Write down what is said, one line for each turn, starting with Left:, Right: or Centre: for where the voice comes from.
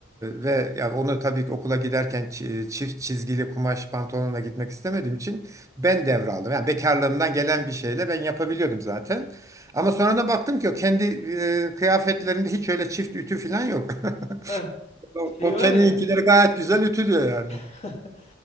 Right: ve ya onu tabii ki okula giderken çi- çift çizgili kumaş pantolonla gitmek istemediğim için ben devraldım. Yani bekarlığımdan gelen bir şeyle ben yapabiliyordum zaten. Ama sonra da baktım ki o kendi e, kıyafetlerinde hiç öyle çift ütü falan yok. <laughs>
Left: Heh.
Right: O,
Left: Şey
Right: o
Left: var
Right: kendinkileri
Left: ya
Right: gayet güzel ütülüyor yani.
Left: <laughs>